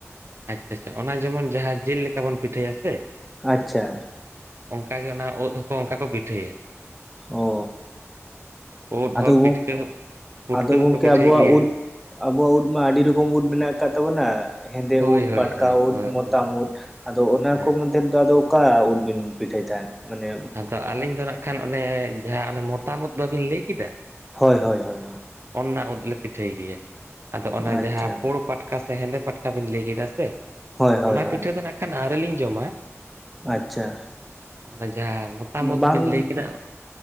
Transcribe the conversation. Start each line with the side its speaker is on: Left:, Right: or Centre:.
Right: ᱟᱪᱪᱷᱟ ᱟᱪᱪᱷᱟ ᱚᱱᱟ ᱡᱮᱢᱚᱱ ᱡᱟᱦᱟᱸ ᱡᱤᱞ ᱞᱮᱠᱟ ᱵᱚᱱ ᱯᱤᱴᱷᱟᱹᱭᱟ ᱥᱮ᱾
Centre: ᱟᱪᱪᱷᱟ
Right: ᱚᱱᱠᱟ ᱜᱮ ᱚᱱᱟ ᱩᱫ ᱦᱚᱸᱠᱚ ᱚᱱᱠᱟ ᱠᱚ ᱯᱤᱴᱷᱟᱹᱭᱟ᱾
Centre: ᱚ
Right: ᱩᱫ
Centre: ᱟᱫᱚ
Right: ᱦᱚᱸ ᱯᱤᱴᱷᱠᱟᱹ ᱯᱩᱴᱠᱟᱹ
Centre: ᱟᱫᱚ ᱜᱚᱝᱠᱮ
Right: ᱦᱚᱸᱠᱚ ᱯᱤᱴᱷᱟᱹᱭ
Centre: ᱟᱵᱚᱣᱟᱜ
Right: ᱜᱮᱭᱟ᱾
Centre: ᱩᱫ ᱟᱵᱚᱣᱟᱜ ᱩᱫ ᱢᱟ ᱟᱹᱰᱤ ᱨᱚᱠᱚᱢ ᱩᱫ ᱢᱮᱱᱟᱜ ᱟᱠᱟᱫ ᱛᱟᱵᱚᱱᱟ ᱦᱮᱸᱫᱮ
Right: ᱦᱳᱭ
Centre: ᱩᱫ
Right: ᱦᱳᱭ
Centre: ᱯᱟᱴᱠᱟ
Right: ᱦᱳᱭ
Centre: ᱩᱫ
Right: ᱦᱳᱭ
Centre: ᱢᱚᱛᱟᱢ
Right: ᱦᱳᱭ ᱦᱳᱭ
Centre: ᱩᱫ᱾ ᱟᱫᱚ ᱚᱱᱟ
Right: ᱦᱮᱸ
Centre: ᱠᱚ ᱢᱚᱫᱽᱫᱷᱮ ᱨᱮᱫᱚ ᱟᱫᱚ ᱚᱠᱟ ᱩᱫ ᱵᱤᱱ ᱯᱤᱴᱷᱟᱹᱭ ᱛᱟᱦᱮᱸᱫ ᱢᱟᱱᱮ᱾
Right: ᱟᱫᱚ ᱟᱹᱞᱤᱧ ᱫᱚ ᱱᱟᱜ ᱠᱷᱟᱱ ᱚᱱᱮ ᱡᱟᱦᱟᱸ ᱚᱱᱮ ᱢᱚᱛᱟᱢ ᱩᱫ ᱵᱟᱹᱵᱤᱱ ᱞᱟᱹᱭ ᱠᱮᱫᱟ᱾
Centre: ᱦᱳᱭ ᱦᱳᱭ ᱦᱳᱭᱭ᱾
Right: ᱚᱱᱟ ᱩᱫ ᱞᱮ ᱯᱤᱴᱷᱟᱹᱭ ᱜᱮᱭᱟ ᱟᱫᱚ ᱚᱱᱟ
Centre: ᱟᱪᱪᱷᱟ
Right: ᱡᱟᱦᱟᱸ ᱯᱳᱲ ᱯᱟᱴᱠᱟ ᱥᱮ ᱦᱮᱸᱫᱮ ᱯᱟᱴᱠᱟ ᱵᱤᱱ ᱞᱟᱹᱭ ᱠᱮᱫᱟ᱾ ᱥᱮ
Centre: ᱦᱳᱭ ᱦᱳᱭ
Right: ᱚᱱᱟ
Centre: ᱦᱳᱭ
Right: ᱯᱤᱴᱷᱟᱹ ᱫᱚ ᱱᱟᱜ ᱠᱷᱟᱱ ᱟᱨᱮᱞᱤᱧ ᱡᱚᱢᱟ᱾
Centre: ᱟᱪᱪᱷᱟ
Right: ᱚᱱᱟ ᱡᱟᱦᱟᱸ ᱢᱚᱛᱟᱢ ᱩᱫ
Centre: ᱵᱟᱝ
Right: ᱵᱤᱱ ᱞᱟᱹᱭ ᱠᱮᱫᱟ